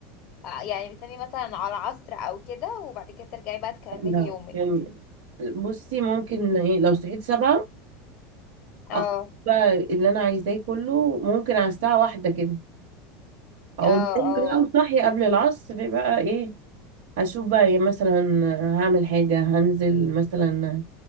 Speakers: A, on the left; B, on the right.
A: آه، يعني بتنامي مثلا على عصر او كده وبعد كده ترجعي بقى تكملي
B: لا
A: يومك
B: يعني بصي ممكن ايه لو صحيت سبعة
A: اه
B: اخد بقى اللي انا عايزاه كله ممكن على الساعه واحدة كده اقوم
A: اه
B: نايمة
A: اه
B: بقى وصاحية قبل العصر بقى ايه هشوف بقى إيه مثلا هعمل حاجة هنزل مثلا